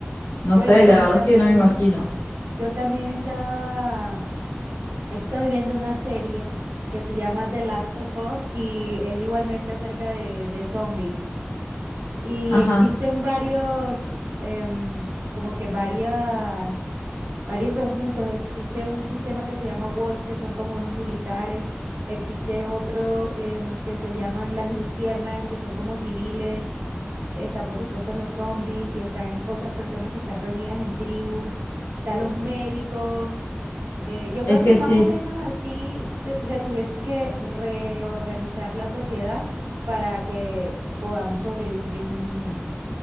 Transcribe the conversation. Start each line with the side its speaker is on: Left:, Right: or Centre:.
Left: no
Right: Bueno,
Left: sé,
Right: como
Left: la verdad
Right: también,
Left: es que no me imagino.
Right: yo también estaba, estoy viendo una serie que se llama The Last of Us y es igualmente acerca de, de zombies. Y
Left: Ajá,
Right: existen varios, em, como que varias, varios conjuntos. Existe un sistema que se llama Wolf, que son como unos militares. Existe otro em, que se llaman las luciérnagas, que son como civiles. Están, por supuesto, los zombies y están otras personas que están reunidas en tribus. Están los médicos. Eh, yo creo
Left: es que
Right: que más
Left: sí,
Right: o menos así te- se tuviese que reorganizar la sociedad para que podamos sobrevivir en un,